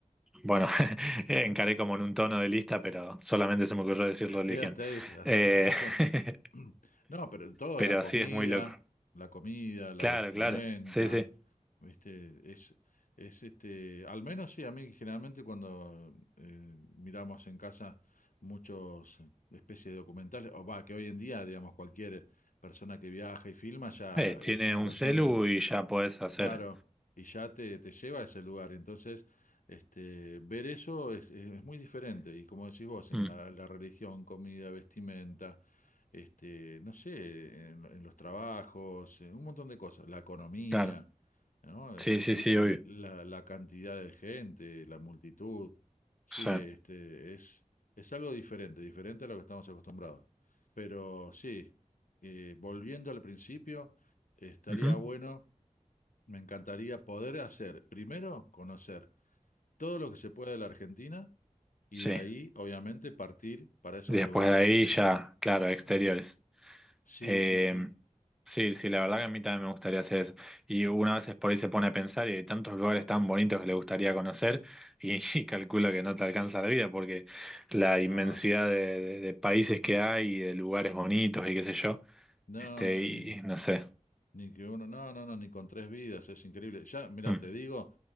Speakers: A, in the centre; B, on the left (about 85°).
A: bueno, <laughs> encaré como en un tono de lista, pero solamente se me ocurrió decir religión.
B: Quedaste ahí, hasta
A: Eh,
B: la religión.
A: <laughs>
B: <clears throat> No, pero todo,
A: pero
B: la comida,
A: sí es muy loco.
B: la comida, la
A: Claro,
B: vestimenta,
A: claro, sí, sí.
B: ¿viste? Es, es este, al menos sí, a mí generalmente cuando eh, miramos en casa muchos eh, especies de documentales, o va, que hoy en día, digamos, cualquier persona que viaja y filma ya
A: Eh, tiene
B: es una
A: un
B: cuestión
A: celu y ya podés hacer.
B: Claro, y ya te, te lleva a ese lugar. Entonces, este, ver eso es, es muy diferente. Y como decís vos, en
A: Mm,
B: la, la religión, comida, vestimenta, este, no sé, en, en los trabajos, en un montón de cosas, la economía,
A: claro,
B: ¿no?
A: sí,
B: Eh,
A: sí,
B: el-
A: sí, obvio.
B: la, la cantidad de gente, la multitud. Sí,
A: Sí.
B: este, es, es algo diferente, diferente a lo que estamos acostumbrados. Pero sí, eh, volviendo al principio, estaría
A: Ujú,
B: bueno me encantaría poder hacer, primero, conocer todo lo que se puede de la Argentina y
A: sí.
B: de ahí, obviamente, partir para esos
A: Después
B: lugares.
A: de ahí
B: así.
A: ya, claro, exteriores.
B: <clears throat> Sí,
A: Eh,
B: sí, sí.
A: sí, sí, la verdad que a mí también me gustaría hacer eso. Y una vez por ahí se pone a pensar y hay tantos lugares tan bonitos que le gustaría conocer y, <laughs> y calculo que no te alcanza la vida porque la inmensidad
B: No,
A: de, de- de países que hay y de lugares bonitos y qué sé yo,
B: no,
A: este,
B: eso
A: y,
B: ni,
A: y no sé.
B: ni que uno, no, no, no, ni con tres vidas, es increíble. Ya, mira,
A: Mm,
B: te digo,